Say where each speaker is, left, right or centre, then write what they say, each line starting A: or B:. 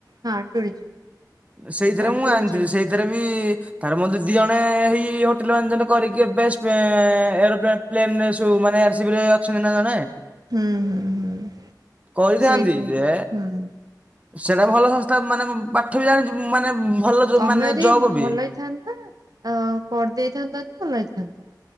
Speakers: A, on the right; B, on the right.
A: ହଁ ଟୁରିଜିମ୍
B: ସେଇଥିରେ
A: ହଁ
B: ମୁଁ
A: ଟୁରିଜିମ୍
B: ଆଣିଥିଲି ସେଇଥ୍ ସେଥିରେ ବି ତାପରେ ମୋ ଦିଦି ଜଣେ ହେଇ ହୋଟେଲ ମ୍ୟାନେଜମେଣ୍ଟ କରିକି ଏବେ ସ୍ ଏନଁ ଏନଁ ଏରୋପ୍ଲେନ ପ୍ଲେନ୍ ସବୁ ମାନେର ରସିବି ରେ ଅଛନ୍ତି ନା ଜଣେ।
A: ହୁଁ ହୁଁ ହୁଁ
B: କରିଥାନ୍ତି
A: ସେଇଥି
B: ଯେ
A: ପାଇଁ ହୁଁ।
B: ସେଇଟା ଭଲ ସଂସ୍ଥା ମାନେ ପାଠ ବି ଜାଣିଛି ମାନେ ଭଲ ଯ
A: ତମେ
B: ମାନେ
A: ଯଦି
B: ଜବ ବି।
A: ଭଲ ହେଇଥାନ୍ତା ଆ କରିଦେଇଥାନ୍ତ ଭଲ ହେଇଥାନ୍ତା।